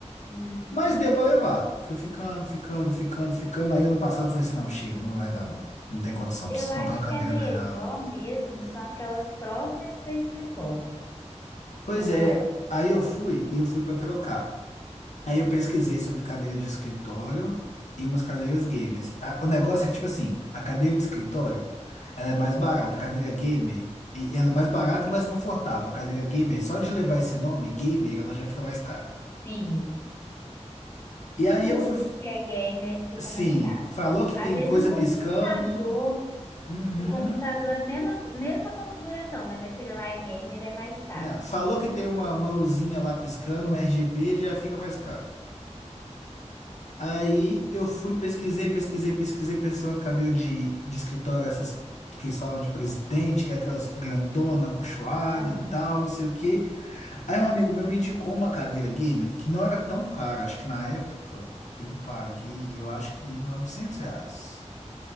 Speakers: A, on the left; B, on the left.
A: Hum.
B: Mas deu pra levar. Fui ficando, ficando, ficando, ficando. Aí ano passado eu falei assim, não, chega, não vai dar não. Não tem condição,
A: Eu
B: preciso
A: acho
B: comprar uma cadeira
A: que é melhor
B: melhor.
A: mesmo, são aquelas próprias para escritório,
B: Pois
A: né
B: é,
A: não?
B: aí eu fui e eu fui pra trocar. Aí eu pesquisei sobre cadeira de escritório e umas cadeiras gamers. A- o negócio é que, tipo assim, a cadeira de escritório, ela é mais barata. A cadeira gamer, e ela é mais barata e mais confortável. A cadeira gamer, só de levar esse nome, gamer, ela já fica mais cara.
A: Sim,
B: E aí
A: tudo
B: eu fui,
A: que é gamer fica
B: sim,
A: mais caro.
B: falou que
A: Às
B: tem
A: vezes
B: coisa
A: o computador,
B: piscando. Uhum.
A: o computador é a mesma, co- mesma configuração, mas aquele lá é gamer, é mais caro.
B: Não, falou que tem uma, uma luzinha lá piscando, um RGB, ele já fica mais caro. Aí eu fui, pesquisei, pesquisei, pesquisei, pesquisei umas cadeiras de, de escritório, essas que eles falam de presidente, que é aquelas grandona, acolchoada
A: Ah,
B: e tal, não sei o quê. Aí um amigo meu me indicou uma cadeira gamer que não era tão cara, acho que na época eu paguei, eu acho que 900 reais.